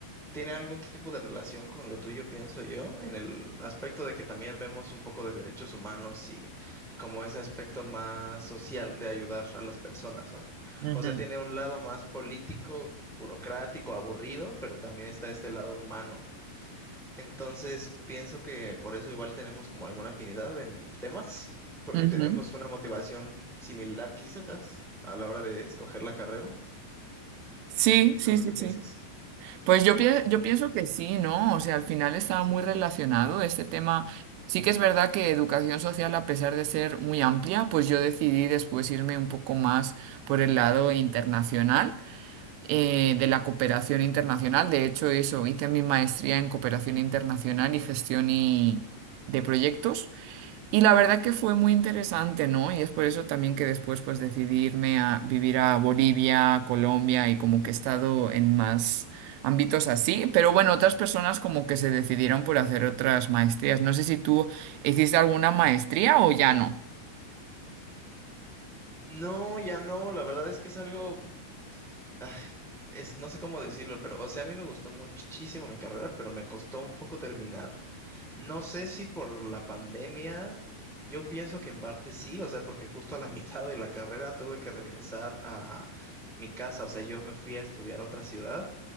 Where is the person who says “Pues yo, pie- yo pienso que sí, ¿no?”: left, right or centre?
Right